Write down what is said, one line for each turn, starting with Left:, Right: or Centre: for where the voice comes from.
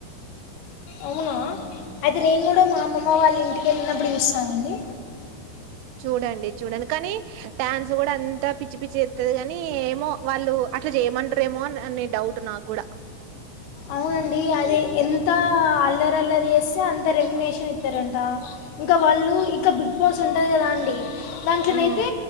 Left: అవునా అదయితేే నిను కూడా మా అమ్మ వాళ్ళ ఇంటికి వెళ్ళినప్పుడు చూస్త అనండి
Right: చూడండి చూడండి కానీ డ్యాన్స్ కూడా అంతా పిచ్చి పిచ్చి చె తది గాని ఏమో వాళ్ళు అట్లా చేయమంటరేమో అన్ అనే డౌట్ నాగ్గుడా
Left: అవునండి అది ఎంత అల్లరి అల్లరి చేస్తే అంత రెమినేషన్ ఇస్తారంట ఇంకా వాళ్ళు ఇంకా బిగ్ బాస్ ఉంటుంది కదా అండి దాంట్లనైతే
Right: హ్మ్.